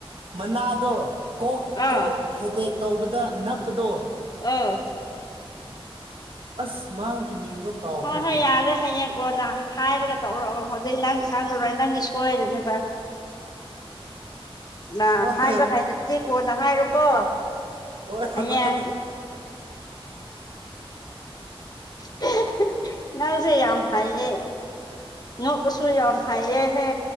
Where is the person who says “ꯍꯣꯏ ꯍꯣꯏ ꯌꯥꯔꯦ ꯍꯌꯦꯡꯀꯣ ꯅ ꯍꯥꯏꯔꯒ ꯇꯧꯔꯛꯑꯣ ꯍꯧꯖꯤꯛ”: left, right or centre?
Left